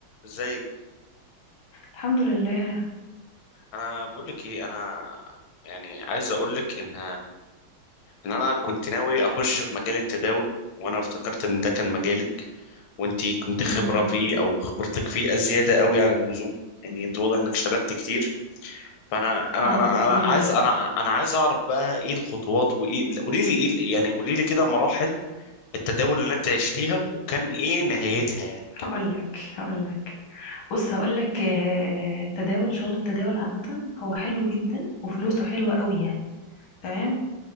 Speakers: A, on the left; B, on the left.
A: ازيك
B: الحمد لله
A: انا بقول لك ايه انا يعني عايز اقول لك ان ان انا كنت ناوي اخش في مجال التداول وانا افتكرت ان ده كان مجالك وانت كنت
B: م-
A: خبره
B: م.
A: فيه او خبرتك فيه ازياده قوي عن اللزوم يعني انت واضح انك اشتغلت كتير فانا انا
B: اه
A: انا
B: كتير
A: انا عايز
B: بجد
A: انا انا عايز اعرف بقى ايه الخطوات وايه قولي لي ايه ال- يعني قولي لي كده مراحل التداول اللي انت عشتيها وكان ايه نهايتها يعني
B: هقولك
A: كان
B: هقولك بص هقولك آه، التداول شغل التداول عامة هو حلو جدا وفلوسه حلوة قوي يعني تمام